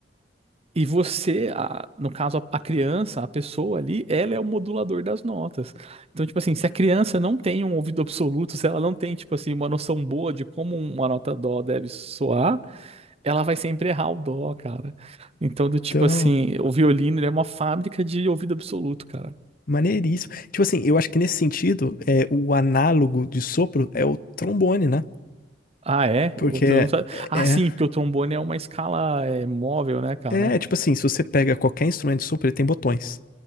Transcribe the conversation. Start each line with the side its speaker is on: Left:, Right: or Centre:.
Right: E você, a- no caso, a, a criança, a pessoa ali, ela é o modulador das notas. Então, tipo assim, se a criança não tem um ouvido absoluto, se ela não tem, tipo assim, uma noção boa de como uma nota dó deve soar, ela vai sempre errar o dó, cara. Então, do tipo
Left: Então.
Right: assim, o violino, ele é uma fábrica de ouvido absoluto, cara.
Left: Maneiríssimo. Tipo assim, eu acho que nesse sentido, é, o análogo de sopro é o trombone, né?
Right: Ah, é?
Left: Porque
Right: O trom-
Left: é,
Right: Ah,
Left: é,
Right: sim, porque o trombone é uma escala é, móvel, né, cara?
Left: é é, tipo assim, se você pega qualquer instrumento de sopro, ele tem botões,